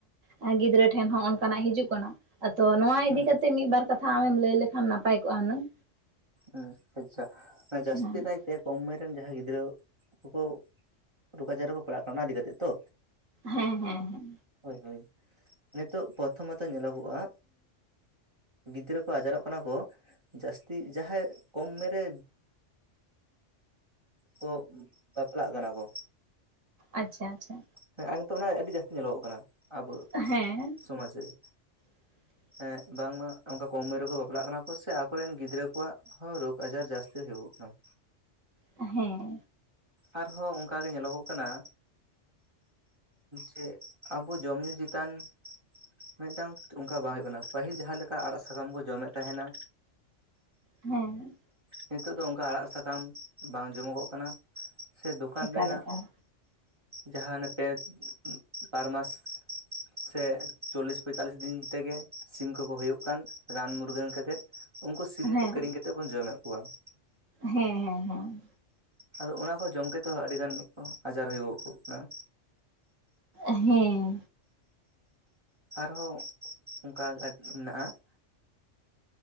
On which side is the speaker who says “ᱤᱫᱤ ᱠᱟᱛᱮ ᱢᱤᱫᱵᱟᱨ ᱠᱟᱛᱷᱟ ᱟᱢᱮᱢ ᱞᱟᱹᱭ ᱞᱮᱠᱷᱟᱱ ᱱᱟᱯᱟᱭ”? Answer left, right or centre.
Right